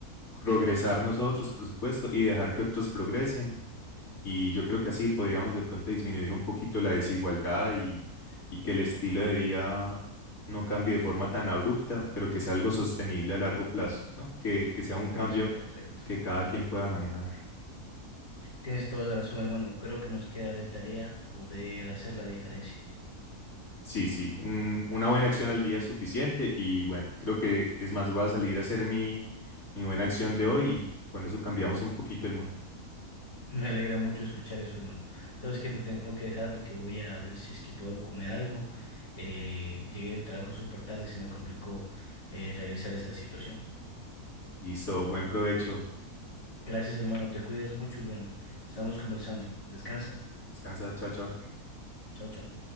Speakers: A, on the left; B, on the left.
A: progresar nosotros, por supuesto, y dejar que otros progresen. Y yo creo que así podríamos de pronto disminuir un poquito la desigualdad y, y que el estilo de vida no cambie de forma tan abrupta, pero que sea algo sostenible a largo plazo, ¿no? Que, que sea
B: Me
A: un
B: parece
A: cambio
B: perfecto.
A: que cada quien pueda manejar.
B: Tienes toda la razón, hermano. Creo que nos queda de tarea poder hacer la diferencia.
A: Sí, sí, un- una buena acción al día es suficiente y bueno, creo que es más, voy a salir a hacer mi, mi buena acción de hoy y con eso cambiamos un poquito el mundo.
B: Me alegra mucho escuchar eso, hermano. Sabes que te tengo que dejar porque voy a ver si es que puedo comer algo. Eh, llegué del trabajo súper tarde y se me complicó eh, realizar esta situación.
A: Listo, buen provecho.
B: Gracias, hermano. Te cuidas mucho y bueno, estamos conversando. Descansa.
A: Descansa, chao, chao.
B: Chao, chao.